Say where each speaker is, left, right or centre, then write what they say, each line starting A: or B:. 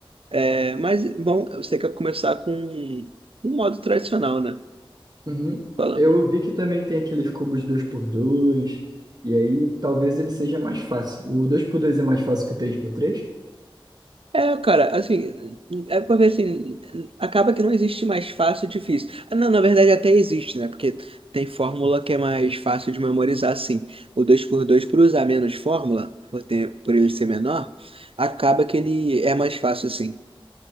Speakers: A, on the right; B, on the right.
A: É, mas, bom, você quer começar com um modo tradicional, né?
B: Uhum.
A: Falando.
B: Eu vi que também tem aqueles cubos dois por dois e aí talvez ele seja mais fácil. O dois por dois é mais fácil que o três por três
A: É, cara, assim, é porque assim, acaba que não existe mais fácil e difícil. Ah, Não, na verdade até existe, né? Porque tem fórmula que é mais fácil de memorizar, assim. O dois por dois por usar menos fórmula, por ter, por ele ser menor, acaba que ele é mais fácil, assim.